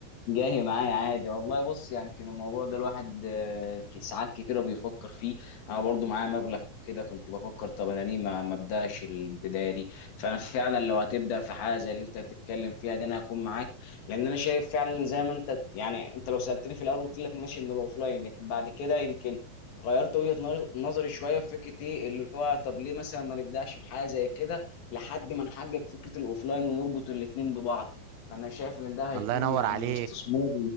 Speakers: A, on the left; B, on the right.
A: جاي معايا عادي والله بص يعني كان الموضوع ده الواحد آه، ك- ساعات كتيرة بيفكر فيه انا برضو معايا مبلغ كده كنت بفكر طب انا ليه ما ما ابداش البدايه دي فانا فعلا لو هتبدا في حاجه زي اللي انت بتتكلم فيها دي انا هكون معاك لان انا شايف فعلا زي ما انت يعني انت لو سالتني في الاول قلت لك ماشي ان الاوفلاين لكن بعد كده يمكن غيرت وجهة نظر- نظري شوية في فكرة ايه اللي هو طب ليه مثلا ما نبدأش بحاجة زي كده لحد ما نحقق فكرة الاوفلاين ونربط الاتنين ببعض انا شايف ان ده هيكون
B: الله ينور
A: يعني
B: عليك
A: استثمار